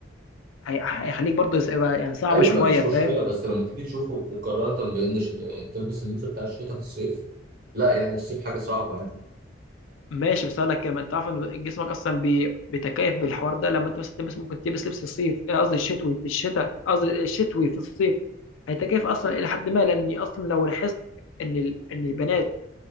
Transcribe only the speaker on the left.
هي- هيخليك برضه يبقى يعني صعب
شويه
فاهم
ماشي بس اقول لك كمان تعرف ان جسمك اصلا بي- بيتكيف بالحوار ده لما انت مثلا تلبس ممكن تلبس لبس الصيف آه، قصدي الشتوي في الشتاء قصدي الشتوي في الصيف هيتكيف اصلا الى حد ما لان اصلا لو لاحظت ان ال... ان البنات